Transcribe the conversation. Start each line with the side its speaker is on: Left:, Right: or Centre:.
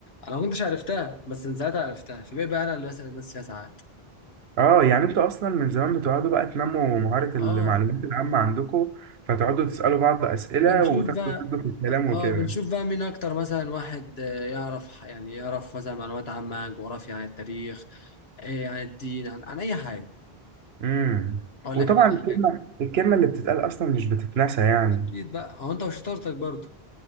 Left: انا ما كنتش عرفتها بس من ساعتها عرفتها فبقى بقى انا اللي بسأل الناس فيها ساعات
Right: اه يعني انتوا اصلا من زمان بتقعدوا بقى تنموا مهارة
Left: اه
Right: المعلومات العامة عندكم فتقعدوا تسألوا بعض أسئلة
Left: بنشوف
Right: وتاخدوا
Left: بقى
Right: تدوا في الكلام
Left: اه
Right: وكده
Left: بنشوف بقى مين اكتر مثلا واحد آه، يعرف يعني يعرف مثلا معلومات عامة عن جغرافيا عن التاريخ آه، عن الدين عن, عن اي حاجة
Right: امم
Left: اقول
Right: وطبعا
Left: لك انا
Right: الكلمة
Left: بقى حاجة
Right: الكلمة اللي بتتقال اصلا مش بتتنسى يعني
Left: اكيد بقى هو انت وشطارتك برضه